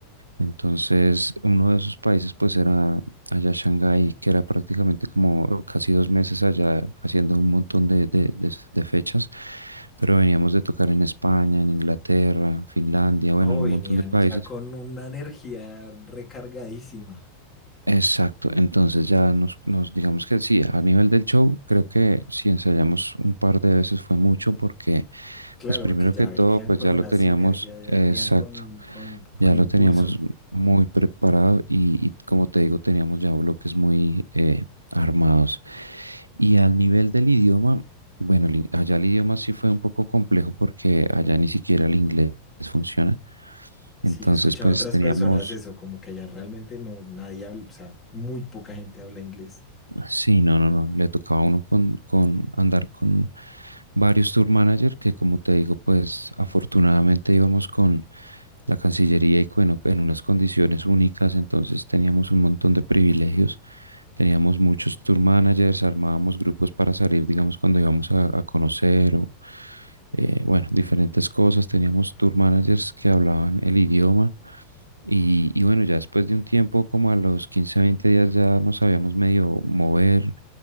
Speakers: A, on the right; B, on the left.
A: Entonces, uno de esos países pues era allá a Shanghái, que era prácticamente como casi dos meses allá haciendo un montón de, de- de- de fechas, pero veníamos de tocar en España, en Inglaterra, Finlandia,
B: No,
A: bueno, en
B: venían
A: un montón de países.
B: ya con una energía recargadísima.
A: Exacto, entonces ya nos, nos digamos que sí, a nivel del show, creo que si ensayamos un par de veces fue mucho porque,
B: Claro,
A: pues primero
B: porque ya
A: que
B: venían
A: todo, pues
B: con
A: ya
B: una
A: lo teníamos,
B: sinergia, ya
A: exacto,
B: venían con, con,
A: ya
B: con impulso.
A: lo teníamos muy preparado y, y como te digo, teníamos ya bloques muy eh, armados. Y al nivel del idioma, bueno, el in- allá el idioma sí fue un poco complejo porque allá ni siquiera el inglés funciona. Entonces,
B: Sí, yo he escuchado
A: pues
B: a otras
A: teníamos...
B: personas eso, como que allá realmente no, nadie habla, o sea, muy poca gente habla inglés.
A: Sí, no, no, no. Le tocaba a uno con, con andar con varios tour manager que, como te digo, pues afortunadamente íbamos con la Cancillería y bueno, en unas condiciones únicas, entonces teníamos un montón de privilegios, teníamos muchos tour managers, armábamos grupos para salir, digamos, cuando íbamos a, a conocer o, eh, bueno, diferentes cosas, teníamos tour managers que hablaban el idioma y, y bueno, ya después de un tiempo, como a los 15, 20 días, ya nos sabíamos medio mover